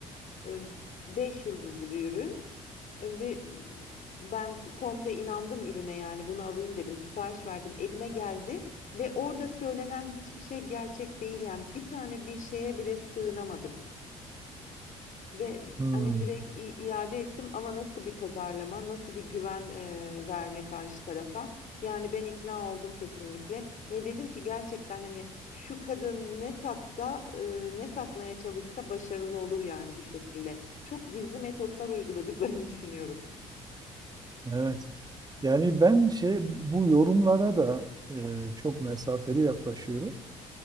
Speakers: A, on the left; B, on the right.
A: E, 5 yıldızlı bir ürün. Eee, ve ımm, ben komple inandım ürüne, yani, "Bunu alayım." dedim. Sipariş verdim. Elime geldi ve orada söylenen hiçbir şey gerçek değil, yani. Bir tane bir şeye bile sığınamadım ve,
B: Hmm,
A: hani, direkt i iade ettim ama nasıl bir pazarlama, nasıl bir güven, eee, verme karşı tarafa? Yani, ben ikna oldum kesinlikle ve dedim ki gerçekten, hani, şu kadın ne satsa, ııı, ne satmaya çalışsa başarılı olur, yani, bu şekilde. Çok gizli metotlar uyguladıklarını <laughs> düşünüyorum.
B: evet. Yani ben şey bu yorumlara da e, çok mesafeli yaklaşıyorum.